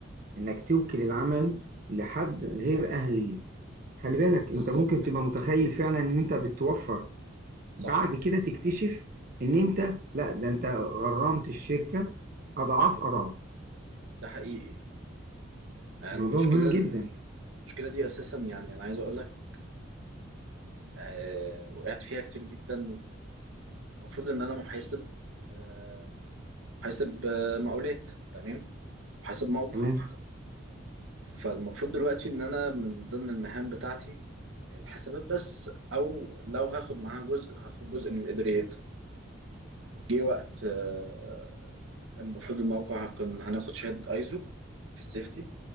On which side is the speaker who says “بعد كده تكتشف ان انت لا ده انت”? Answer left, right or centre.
Right